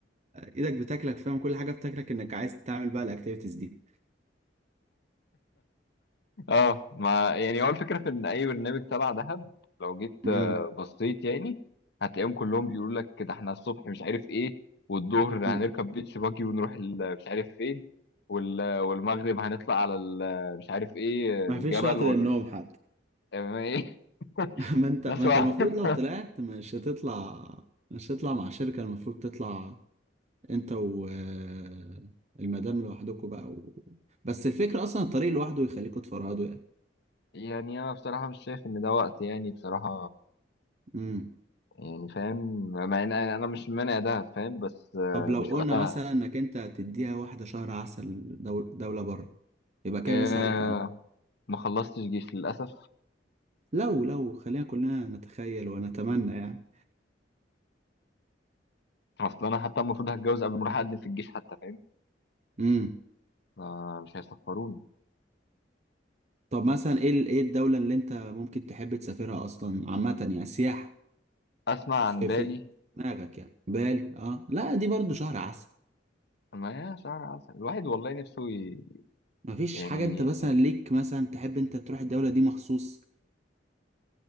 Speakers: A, on the right; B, on the left.
A: ايدك بتاكلك فاهم كل حاجة بتاكلك انك عايز تعمل بقى الاكتيفيتيز دي
B: أه ما يعني هو الفكرة في إن أي برنامج تبع دهب لو جيت
A: امم
B: آه، بصيت يعني هتلاقيهم كلهم بيقولوا لك كده إحنا الصبح مش عارف إيه والظهر
A: أمم.
B: هنركب بيتش باجي ونروح ال- مش عارف فين وال- والمغرب هنطلع على ال- مش عارف إيه
A: ما
B: الجبل
A: فيش وقت
B: وال
A: للنوم حتى
B: <laughs>
A: <laughs> ما انت
B: بس
A: ما
B: هو-
A: انت المفروض
B: <laughs>
A: لو طلعت مش هتطلع مش هتطلع مع شركة المفروض تطلع انت و آه، المدام لوحدكم بقى و... بس الفكرة اصلا الطريق لوحده يخليكم تفرهدوا يعني
B: يعني انا بصراحه مش شايف ان ده وقت يعني بصراحه
A: امم
B: يعني فاهم مع ان انا أنا مش مانع ده فاهم بس آه،
A: طب لو
B: مش
A: قلنا
B: وقتها
A: مثلا انك انت تديها واحدة شهر عسل دول... دولة بره يبقى كابس
B: آه،
A: عليك انا
B: ما خلصتش جيش للاسف
A: لو لو خلينا كلنا نتخيل ونتمنى يعني
B: اصل انا حتى المفروض هتجوز قبل ما اروح اقدم في الجيش حتى فاهم
A: امم
B: فمش هيسفروني
A: طب مثلا ايه ال- ايه الدولة اللي انت ممكن تحب تسافرها اصلا عامة يعني سياحة
B: اسمع
A: في
B: عن بالي
A: في دماغك يعني بالي اه لا دي برضو شهر عسل
B: ما هي شهر عسل الواحد والله نفسه ي...
A: مفيش
B: يعني
A: حاجة انت مثلا ليك مثلا تحب انت تروح الدولة دي مخصوص